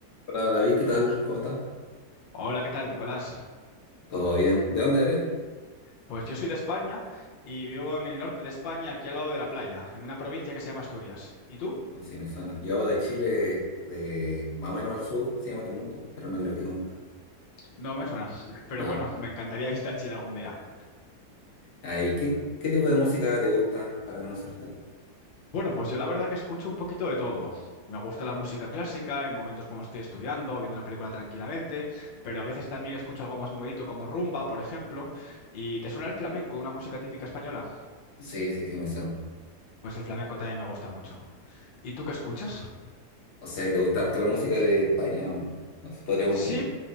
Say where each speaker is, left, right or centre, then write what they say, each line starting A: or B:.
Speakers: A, on the left; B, on the left.
A: Hola David, ¿qué tal? ¿Cómo estás?
B: Hola, ¿qué tal, Nicolás?
A: ¿Todo bien? ¿De dónde eres?
B: Pues yo soy de España y vivo en el norte de España, aquí al lado de la playa, en una provincia que se llama Asturias. ¿Y tú?
A: Así me suena. Yo de Chile, de más o menos al sur, se llama Temuco, pero no creo que conozca
B: No me suena, <laughs> pero
A: nada.
B: bueno, me encantaría visitar Chile algún día.
A: Ahí, ¿qué, qué tipo de música te gusta para conocerte?
B: Bueno, pues yo la verdad que escucho un poquito de todo. Me gusta la música clásica en momentos cuando estoy estudiando, viendo una película tranquilamente, pero a veces también escucho algo más movidito como rumba, por ejemplo. ¿Y te suena el flamenco, una música típica española?
A: Sí, sí, sí, me suena.
B: Pues el flamenco también me gusta mucho. ¿Y tú qué escuchas?
A: O sea, que te gusta harto la música de España, ¿o no? Nos podríamos
B: Sí,
A: decir.